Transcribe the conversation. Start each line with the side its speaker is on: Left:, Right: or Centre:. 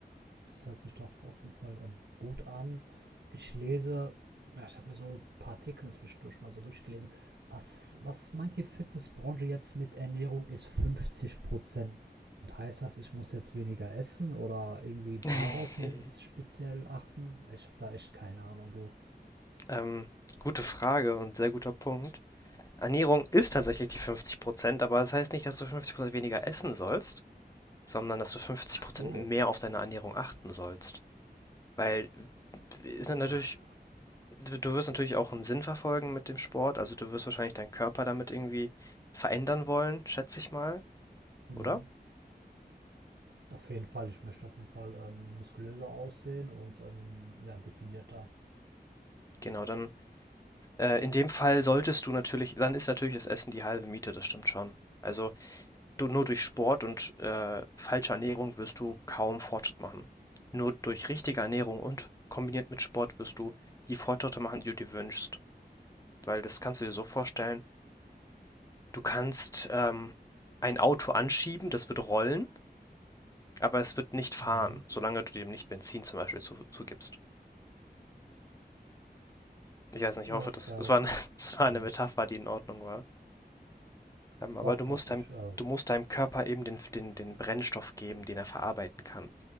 Right: Das hört sich doch auf jeden Fall ähm, gut an. Ich lese, ja, ich habe mir so ein paar Artikel zwischendurch mal so durchgelesen. Was, was meint die Fitnessbranche jetzt mit Ernährung ist 50 Prozent? Heißt das, ich muss jetzt weniger essen oder irgendwie
Left: <laughs>
Right: darauf jetzt speziell achten? Ich habe da echt keine Ahnung, du.
Left: Ähm, gute Frage und sehr guter Punkt. Ernährung ist tatsächlich die 50%, aber das heißt nicht, dass du 50% weniger essen sollst, sondern dass du 50%
Right: Ach so.
Left: mehr auf deine Ernährung achten sollst. Weil ist dann natürlich,
Right: Ah.
Left: du du wirst natürlich auch einen Sinn verfolgen mit dem Sport, also du wirst wahrscheinlich deinen Körper damit irgendwie verändern wollen, schätze ich mal,
Right: Mhm.
Left: oder?
Right: Auf jeden Fall, ich möchte auf jeden Fall ähm, muskulöser aussehen und ähm, ja, definierter.
Left: Genau, dann Äh, in dem Fall solltest du natürlich, dann ist natürlich das Essen die halbe Miete, das stimmt schon. Also du, nur durch Sport und äh, falsche Ernährung wirst du kaum Fortschritt machen. Nur durch richtige Ernährung und kombiniert mit Sport wirst du die Fortschritte machen, die du dir wünschst. Weil das kannst du dir so vorstellen, du kannst ähm, ein Auto anschieben, das wird rollen, aber es wird nicht fahren,
Right: Mhm.
Left: solange du dem nicht Benzin zum Beispiel zu, zugibst. Ich weiß nicht,
Right: Ja,
Left: ich hoffe, das,
Right: ja,
Left: das,
Right: das
Left: war eine,
Right: macht
Left: <laughs> das
Right: Sinn.
Left: war eine Metapher, die in Ordnung war. Ähm, aber
Right: Doch,
Left: du
Right: doch,
Left: musst deinem,
Right: ich äh,
Left: du musst deinem Körper eben den, den, den Brennstoff geben, den er verarbeiten kann,